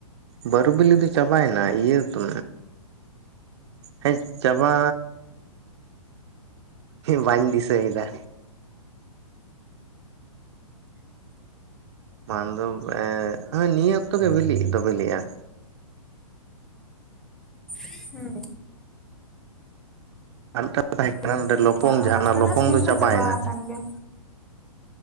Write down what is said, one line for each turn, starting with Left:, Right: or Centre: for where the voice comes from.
Right: ᱵᱟᱹᱨᱩ ᱵᱤᱞᱤ ᱫᱚ ᱪᱟᱵᱟᱭᱮᱱᱟ ᱤᱭᱟᱹ ᱛᱩ ᱦᱮᱸ ᱪᱟᱵᱟ ᱵᱟᱹᱧ ᱫᱤᱥᱟᱹᱭᱮᱫᱟ ᱵᱟᱝ ᱫᱚ ᱮ ᱱᱤᱭᱟᱹ ᱚᱠᱛᱚ ᱜᱮ ᱵᱤᱞᱤᱜ ᱫᱚ ᱵᱤᱞᱤᱜ-ᱟ
Centre: ᱦᱩᱸ
Right: ᱟᱨ ᱢᱤᱫᱴᱟᱝ ᱫᱚ ᱛᱟᱦᱮᱸ ᱠᱟᱱᱟ
Centre: ᱛᱮᱨᱮᱞ
Right: ᱱᱚᱰᱮ
Centre: ᱵᱤᱞᱤ
Right: ᱞᱚᱯᱚᱝ
Centre: ᱢᱟ
Right: ᱡᱟᱦᱟᱸ ᱚᱱᱟ
Centre: ᱠᱚᱨᱮᱱᱟᱜ
Right: ᱞᱚᱯᱚᱝ
Centre: ᱥᱤᱡᱤᱱ
Right: ᱫᱚ ᱪᱟᱵᱟᱭ
Centre: ᱪᱟᱵᱟ
Right: ᱮᱱᱟ᱾
Centre: ᱟᱠᱟᱱ ᱜᱮ